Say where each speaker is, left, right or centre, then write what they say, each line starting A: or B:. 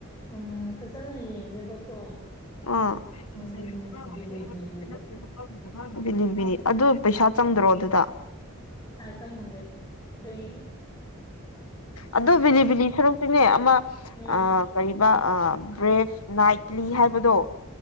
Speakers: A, on the left; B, on the left.
A: ꯎꯝ ꯐꯖꯅ ꯌꯦꯡꯗꯦꯕꯀꯣ
B: ꯑꯥ <unintelligible>
A: ꯎꯝ ꯕꯤꯂꯤ ꯕꯤꯂꯤꯗ
B: ꯕꯤꯅꯤ ꯕꯤꯅꯤ ꯑꯗꯨ ꯄꯩꯁꯥ ꯆꯪꯗ꯭ꯔꯣ ꯑꯗꯨꯗ
A: <unintelligible> <unintelligible> <inaudible>
B: ꯑꯗꯣ ꯕꯤꯂꯤ ꯕꯤꯂꯤ ꯁꯔꯨꯛꯇꯤꯅꯦ ꯑꯃ
A: ꯎꯝ
B: ꯑ ꯀꯩꯕ ꯑ ꯕ꯭ꯔꯦꯐ ꯅꯥꯏꯠꯂꯤ ꯍꯥꯏꯕꯗꯣ